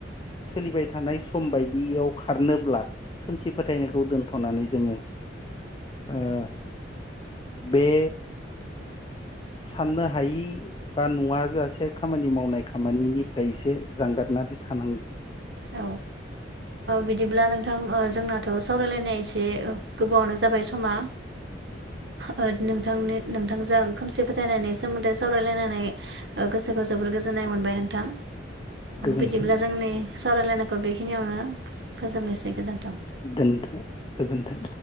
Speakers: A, on the left (about 25°); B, on the right (about 65°).
A: सोलिबाय थानाय सम बायदियाव खारनोब्ला। खोमसि फोथायनायखौ दोनथ'नानै। जोङो ओ बे। साननो हायि बा नुवा जासे खामानि मावनाय खामानिनिफ्राय एसे जानगार। नाथाय थानांगोव।
B: औ। बिदिब्ला नोंथां जोंनाथ' सावरायलायनाया एसे गोबावावनो जाबाय समा।
A: <inaudible>
B: ओ नोंथांनि नोंथांजों खोमसि फोथायनायनि सोमोन्दै सावरायलायनानै गोसोखौ जोबोर गोजोननाय मोन मोनबाय नोंथां
A: गोजोन्थों
B: बिदिब्ला जोंनि सावरायलायनायखौ बेखिनियावनो फोजोबनोसै। गोजोन्थों।
A: दोनथ गोजोनथों।